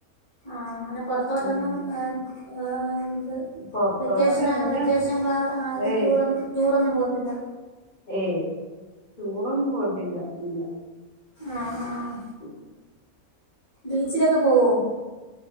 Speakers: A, on the left; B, on the left.
A: ആഹ് അങ്ങെനെ പൊറത്തോട്ട്
B: ഉം
A: ഒന്നും ഏഹ് ഏഹ് ഇത്
B: പൊറത്തോട്ടൊക്കെ
A: വെക്കെഷെന്
B: തന്നെ
A: വെക്കെഷെൻ ക്ലാ ആ അതെ
B: ഏയ്
A: ടൂർ ടൂറൊന്നും പോവത്തില്ല
B: ഏയ് ടൂർ ഒന്നും പോവത്തില്ല ഇല്ല
A: ആഹ് ആഹ്
B: ഉം
A: ബീച്ച്ലൊക്കെ പോവോ?